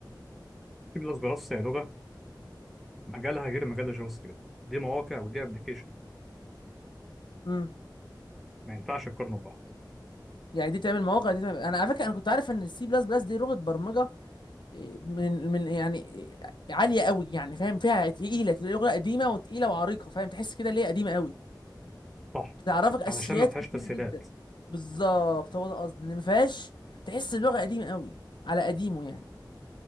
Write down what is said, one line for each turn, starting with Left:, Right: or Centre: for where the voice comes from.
Centre: سي بلس بلس هي لغه مجالها غير مجال الجافا سكريبت دي مواقع ودي ابلكيشن
Left: امم
Centre: ما ينفعش تقارنوا ببعض
Left: يعني دي تعمل مواقع دي تعمل... انا على فكره انا كنت عارف ان السي بلس بلس دي لغه برمجه إيه، من من يعني إيه، عاليه قوي يعني فاهم فيها تقيله لغه قديمه وتقيله وعريقه فاهم تحس كده ليه قديمه قوي
Centre: صح
Left: بتعرفك اساسيات
Centre: علشان ما فيهاش
Left: كتيره
Centre: تسهيلات
Left: جدا بالظبط هو ده قصدي ان ما فيهاش تحس اللغه قديمه قوي على قديمه يعني